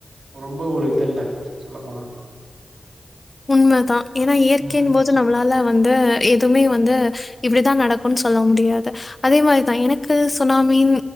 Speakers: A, on the right; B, on the left.
A: ரொம்ப ஒரு இல்ல சொல்ல போனா
B: உண்மதா ஏனா இயற்கையின்
A: ம்
B: போ து நம்மளால வந்து எதுவுமே வந்து இப்டிதா நடக்குன் சொல்ல முடியாது அதே மாரிதா எனக்கு சுனாமின்